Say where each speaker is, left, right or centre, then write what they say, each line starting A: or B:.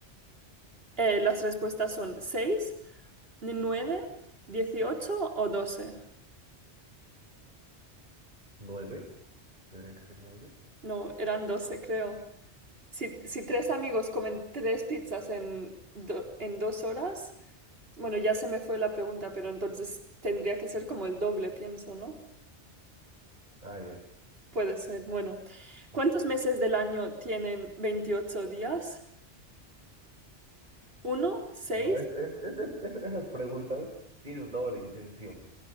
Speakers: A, on the right; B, on the right.
A: Eh, las respuestas son seis, nueve, dieciocho o doce.
B: nueve, tendría que ser nueve.
A: No, eran doce, creo. Si, si tres amigos comen tres pizzas en, do- en dos horas, bueno, ya se me fue la pregunta, pero entonces tendría que ser como el doble, pienso, ¿no?
B: Ah, ya.
A: Puede ser. Bueno, ¿cuántos
B: sí.
A: meses del año tienen 28 días? ¿Uno? ¿Seis?
B: No, es, es- es- es- es- esas preguntas tienen doble intención.